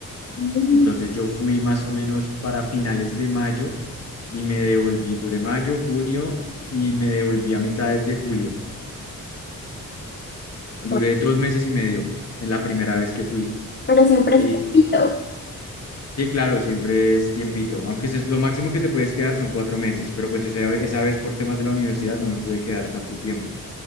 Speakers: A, on the left; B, on the left.
A: Mm,
B: Entonces yo fui más o menos para finales de mayo y me devolví, duré mayo, junio y me devolví a mitades de julio. Duré
A: pues,
B: dos meses y medio en la primera vez que fui.
A: Pero siempre
B: Eh,
A: es bonito.
B: sí, claro, siempre es tiempito, aunque es lo máximo que te puedes quedar son cuatro meses, pero pues esa, esa vez por temas de la universidad no me pude quedar tanto tiempo.